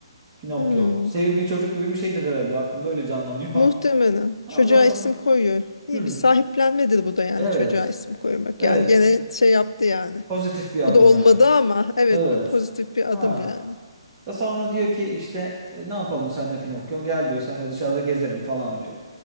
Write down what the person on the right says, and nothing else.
Pinokyo.
Sevimli çocuk gibi bir şeydir herhalde. Aklımda öyle canlanıyor.
<laughs> Ondan
sonra.
Hmm,
evet.
Evet
Pozitif bir adım
yani.
Evet.
Ha.
Ve sonra diyor ki işte "E, ne yapalım senle Pinokyo? Gel diyor senle dışarıda gezelim falan diyor.